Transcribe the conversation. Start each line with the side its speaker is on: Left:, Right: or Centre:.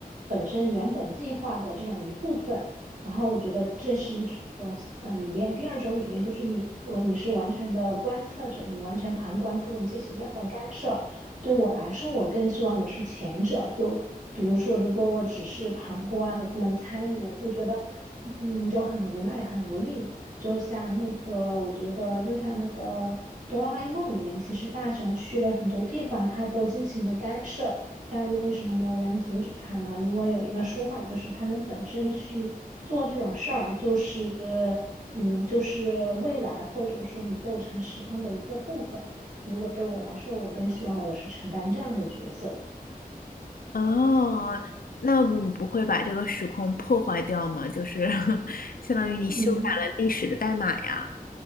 Right: 本身原本计划的这种一部分。然后我觉得这是一种呃理念。第二种理念就是你，我你是完全的观测者，你完全旁观，不能进行任何干涉。对我来说，我更希望我是前者。就比如说，如果我只是旁观，我不能参与，我会觉得，嗯，就很无奈、很无力。就像那个，我觉得就像那个哆啦 A 梦里面，其实大雄去了很多地方，他都进行了干涉，但为什么没有人阻止他呢？因为有一个说法，就是他们本身去做这种事儿，就是，嗯，就是未来或者说你构成时空的一个部分。如果对我来说，我更希望我是承担这样的角色。
Left: 哦，那你不会把这个时空破坏掉吗？就是 <laughs> 相当于你修改了历史的代码呀。
Right: 嗯，